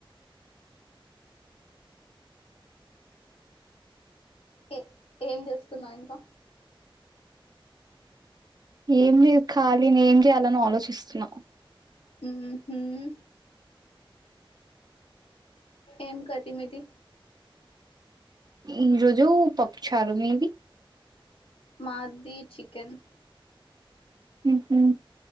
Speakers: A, on the left; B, on the right.
A: ఏ ఏం చెస్టున్నవ్ ఇంకా
B: ఏం లేదు ఖాళీని ఏం చేయాలని ఆలోచిస్తున్నా
A: ఉహుమ్ ఎం కర్రీ మీది
B: ఈరోజు పప్పుచారు మీది
A: మాది చికెన్
B: ఉమ్ ఉ